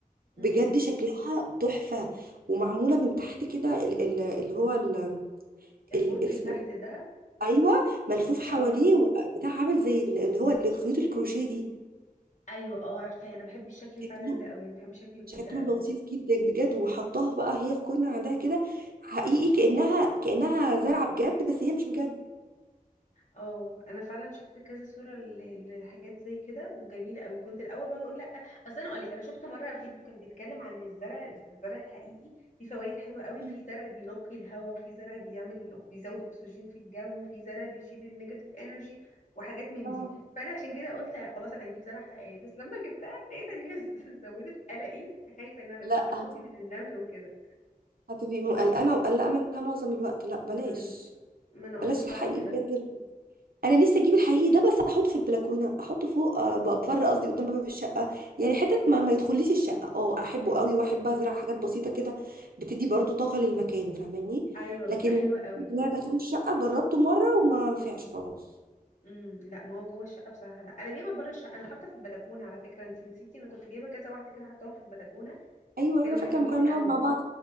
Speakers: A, on the left; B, on the right.
A: امم
B: بجد شكلها تحفه ومعموله من تحت كده ال- ال- اللي هو ال-
A: البوت
B: ال- اسمه
A: اللي تحت ده
B: ايوه ملفوف حواليه
A: اه
B: و- بتاع عامل زي ال- اللي هو ال- خيوط الكروشيه دي
A: ايوه اه عارفاه انا بحب الشكل
B: شكله
A: فعلا ده قوي انا بحب شكل البوت
B: شكله
A: ده قوي
B: لطيف جدا بجد وحطاها بقى هي في كورنر عندها كده حقيقي كأنها كأنها زرعة بجد بس هي مش بجد
A: اه انا فعلا شفت كذا صوره ل- لحاجات زي كده وجميله قوي كنت الاول بقعد اقول لا اصل انا اقول لك انا شفت مره فيديو كان بيتكلم عن الزرع بس الزرع الحقيقي فيه فوائد حلوه قوي
B: مم.
A: وفي زرع بينقي الهواء وفي زرع بيعمل بيزود اكسجين في الجو وفي زرع بيشيل النيجاتيف انرجي وحاجات من
B: اه
A: دي فانا عشان كده قلت خلاص انا هجيب زرع حقيقي بس لما جبتها لقيت ان هي <laughs> زودت قلقي فخايفه ان انا
B: لا
A: من خوفي
B: هت...
A: من النمل وكده
B: هتبقي قلقانة ومقلقة منها معظم الوقت لا بلاش
A: امم ما انا قلت
B: بلاش
A: فعلا
B: الحقيقي
A: كده
B: بجد انا نفسي اجيب الحقيقي ده بس احطه في البلكونه احطه فوق آه، ب- بره قصدي قدام باب الشقه يعني حتت ما, ما يدخليش الشقه اه احبه قوي واحب ازرع حاجات بسيطه كده بتدي برضو طاقه للمكان فاهماني
A: ايوه بيبقى
B: لكن
A: حلو قوي
B: إن انا داخله الشقه جربته مره وما نفعش خلاص
A: امم لا ما هو جوه الشقه بصراحه لا انا جايبه بره الشقه انا حاطه في البلكونه على فكره انت نسيتي انا كنت جايبه كذا واحده كده حطاهم في البلكونه
B: ايوه
A: كانوا
B: ايوه فاكره
A: حلوين
B: لما كنا بنقعد
A: قوي
B: مع بعض